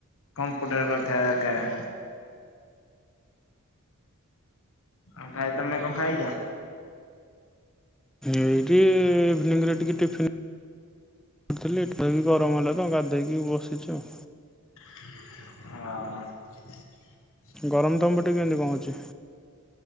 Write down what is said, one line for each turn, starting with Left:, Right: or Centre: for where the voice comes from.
Left: କମ୍ପ୍ୟୁଟର କରିଥିବା ଦରକାରେ। ଆଉ ଭାଇ ତମେ କଣ ଖାଇଛ?
Centre: ଏଇଠି ଇଭିନିଂରେ ଟିକେ ଟିଫିନ୍ ଥିଲି ଏଠି ଖାଇକି ଗରମ ହେଲା ତ ଗାଧେଇକି ବସିଛି ଆଉ।
Left: ଆ।
Centre: ଗରମ ତମ ପଟେ କେଏଁନ୍ତି କଣ ହଉଛି?